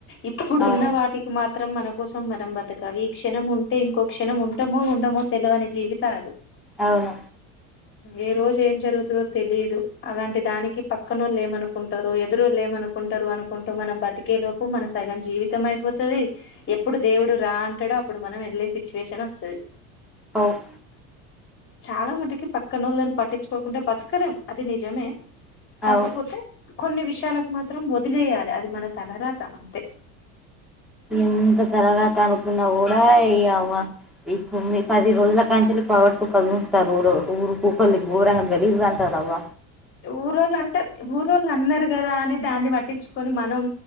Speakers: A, on the left; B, in the centre.
A: ఇప్పుడున్న
B: అవును
A: వాటికి మాత్రం మాత్రం మన కోసం మనం బతకాలి ఈ క్షణం ఉంటే ఇంకో క్షణం ఉంటమో ఉండమో తెలివని జీవితాలు
B: అవును
A: ఏ రోజు ఏం జరుగుతుదో తెలియదు అలాంటి దానికి పక్కనోళ్ళుఏమనుకుంటారో ఎదురుళ్ళేమనుకుంటారు అనుకుంటూ మనం బతికే లోపు మన సగం జీవితం అయిపోతుది ఎప్పుడు దేవుడు రా అంటడో అప్పుడు మనం వెళ్ళే సిచ్యువేషన్ వస్తది
B: అవ్
A: చాలా మటికి పక్కనోళ్ళను పట్టించుకోకుండా బతకలేం అది నిజమే కాక
B: అవు
A: పోతే కొన్ని విష యలకు మాత్రం వదిలేయాలి అది మన తలరాత అంతే
B: ఎంత తలరాతనుకున్నా కూడా ఈ అవ్వ ఈ కొన్ని పది రోజుల కంచలి పవర్సు కలు ముస్తారుఊరు ఊరు కొకలు ఘోరంగా గలీజ్ గా అంటరవ్వ
A: ఊరోళ్ళు అంటే ఊరోళ్ళు అన్నారు కదా అని దాన్ని పట్టించుకొని మనం